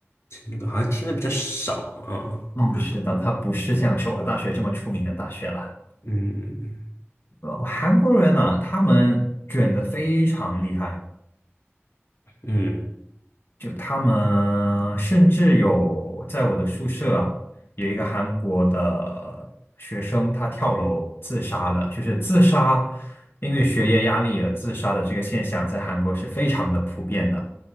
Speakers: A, on the left; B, on the left.
A: 那个好像听的比较少，啊。
B: 嗯，是的，它不是像首尔大学这么出名的大学啦。
A: 嗯
B: 呃，韩国人呢，他们卷得非常厉害，
A: 嗯，
B: 就他们甚至有在我的宿舍啊，有一个韩国的学生，他跳楼自杀了，就是自杀，因为学业压力而自杀的这个现象，在韩国是非常的普遍的。